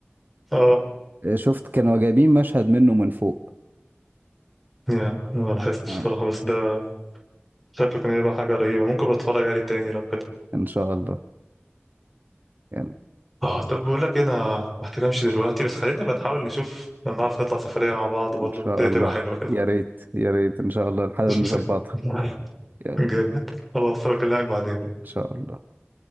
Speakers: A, in the centre; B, on the right.
A: اه
B: آه، شفت كانوا جايبين مشهد منه من فوق
A: يا أنا ما لاحظتش
B: اه
A: بصراحة بس ده شكله كان هيبقى حاجة رهيبة ممكن بتفرج عليه تاني لو كده
B: ان شاء الله يعني
A: اه طب بقول لك إيه، أنا محتاج أمشي دلوقتي بس خلينا بقى نحاول نشوف لو نعرف نطلع سفرية مع بعض
B: ان
A: برضه
B: شاء
A: دي هتبقى
B: الله
A: حلوة كده
B: يا ريت يا ريت ان شاء الله نحاول
A: مش مشاكل
B: نظبطها
A: <laughs>
B: يلا ان
A: جامد خلاص بكلمك بعدين
B: شاء الله